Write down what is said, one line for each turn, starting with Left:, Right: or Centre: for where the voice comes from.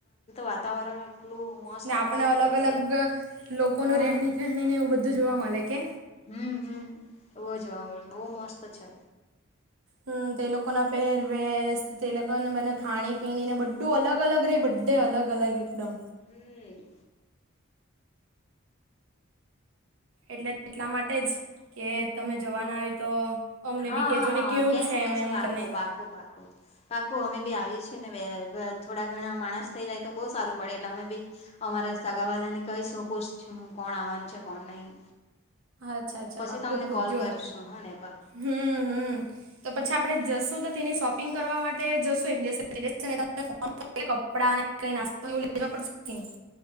Left: વાતાવરણ એટલું, મસ્ત
Right: ને આપણે
Left: હોય
Right: અલગ
Left: ને કે
Right: અલગ લોકોનું
Left: હા
Right: રહેણી કહેણીને એવું બધું જોવા મળે કે.
Left: હમ હમ એવો જોવા મળે બહુ મસ્ત છે.
Right: હમ તે લોકો ના પહેરવેશ તે લોકોને બને ખાણી પીણીને બ, ું અલગ અલગ રહે બધે અલગ અલગ એકદમ,
Left: હમ.
Right: એટલે એટલા માટે જ કે તમે જવાના હોય તો, અમને
Left: હા
Right: બી કહેજો ને કેવું
Left: કહીશું
Right: છે
Left: કહીશું
Right: એમ એમ
Left: પાકું.
Right: કરીને
Left: પાકુ અમે પણ આવીએ છીએ ને થોડા ઘણા માણસ થઈ જાય તો બહુ સારું પડે એટલે અમે બી અમારા સગા વાળા ને કઈ પૂછ કોણ આવવાનું છે કોણ નહી.
Right: અચ્છા અચ્છા
Left: પછી
Right: પાક્કું
Left: તમને
Right: પૂછજો
Left: કોલ કરશું હા ને પા
Right: હમ હમ તો પછી આપડે જશ તો તેની શોપિંગ કરવા માટે જશો એક દિવસે ત ફ કપડા કઈ નાસ્તા લેવા પડશે